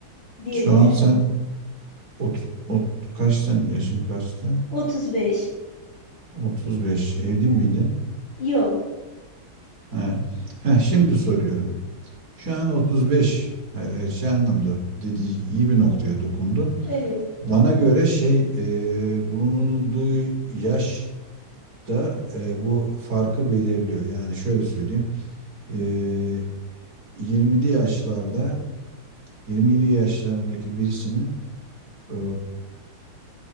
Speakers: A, on the left; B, on the right.
A: diye
B: Şu
A: düşündüm.
B: an sen ot, ot, kaçtın? Yaşın kaçtı?
A: otuz beş
B: otuz beş. Evli
A: <laughs>
B: miydin?
A: yok.
B: Ha. Ha, şimdi soruyorum. Şu an 35. Hayır hayır şey anlamda dediği iyi bir noktaya dokundun.
A: Evet.
B: Bana göre şey e, bulunulduğu yaş da e, bu farkı belirliyor. Yani şöyle söyleyeyim. E, 20'li yaşlarda 27 yaşlarındaki birisinin e,